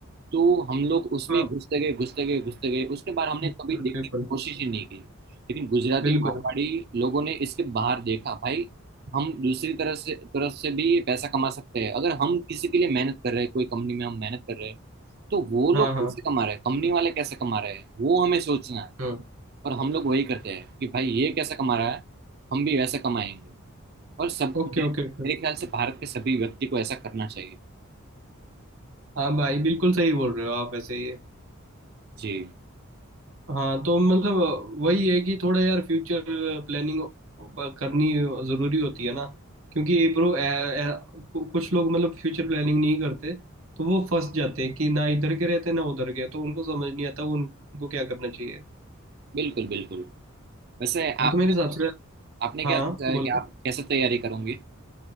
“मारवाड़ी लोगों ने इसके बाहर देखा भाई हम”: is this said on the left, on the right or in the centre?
Right